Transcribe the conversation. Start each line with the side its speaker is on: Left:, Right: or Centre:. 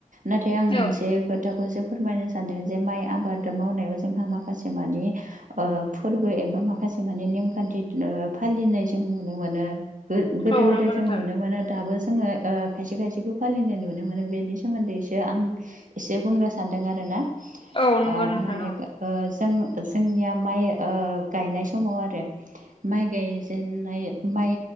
Right: नाथाय आं मोनसे
Left: औ
Right: खोथाखौसो फोरमायनो सानदों जे माइ आबाद मावनायाव जोंहा माखासे माखासे माने ओ फोरबो एबा माखासे माने नेमखान्थि फालिनाय जों नुनो मोनो। गोदो
Left: औ
Right: गोदोय
Left: नंगौ
Right: जों
Left: नोंथां
Right: नुनो मोनो दाबो जोङो खायसे खायसेखौ फालिनाय नुनो मोनो बेनि सोमोन्दै एसो आं एसे बुंनो सान आरो ना
Left: औ नंगौ
Right: ओ <unintelligible>
Left: नोंथां औ
Right: जोंनिया माइ ओ गायनाय समाव आरो माइ गायजेनाय माइ